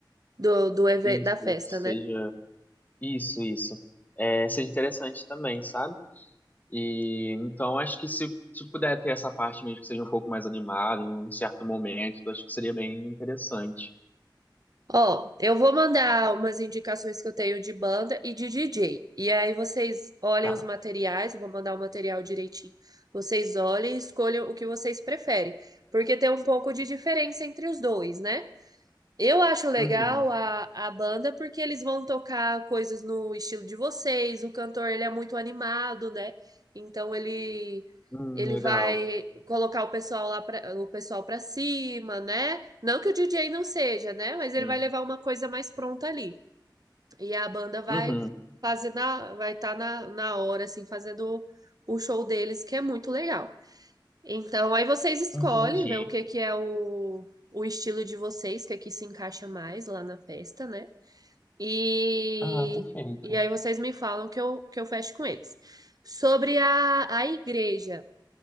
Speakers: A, on the right; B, on the left.
A: do, do eve-
B: isso,
A: da festa,
B: seja,
A: né?
B: isso, isso. É, seja interessante também, sabe? E então acho que se, se puder ter essa parte mesmo que seja um pouco mais animada em um certo momento, eu acho que seria bem interessante.
A: Ó, eu vou mandar umas indicações que eu tenho de banda e de DJ. E aí vocês olhem
B: Tá.
A: os materiais, eu vou mandar o material direitinho. Vocês olhem e escolham o que vocês preferem, porque tem um pouco de diferença entre os dois, né? Eu acho legal
B: Uhum.
A: a, a banda porque eles vão tocar coisas no estilo de vocês. O cantor, ele é muito animado, né? Então ele
B: Hum,
A: ele
B: legal.
A: vai colocar o pessoal lá pra, o pessoal para cima, né? Não que o DJ não seja, né? Mas
B: Sim.
A: ele vai levar uma coisa mais pronta ali. E a banda vai
B: Uhum.
A: fazer na vai estar na, na hora assim fazendo o show deles, que é muito legal. Então, aí vocês escolhem,
B: Entendi.
A: vê o que que é o, o estilo de vocês, que aqui se encaixa mais lá na festa, né? E,
B: Ah, perfeito.
A: e aí vocês me falam que eu, que eu fecho com eles. Sobre a, a igreja